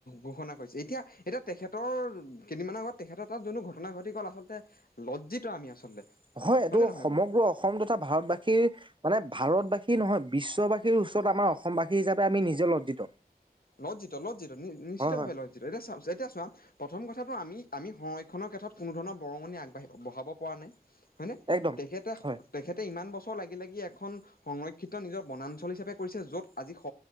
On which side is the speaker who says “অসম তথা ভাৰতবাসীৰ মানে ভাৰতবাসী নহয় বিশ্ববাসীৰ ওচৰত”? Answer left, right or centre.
Right